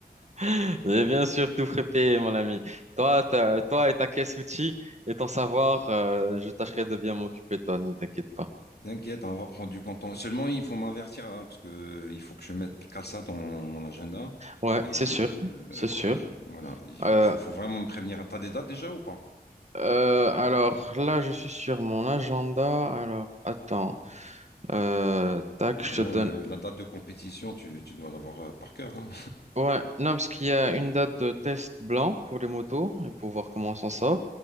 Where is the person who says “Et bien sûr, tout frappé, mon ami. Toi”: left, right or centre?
Right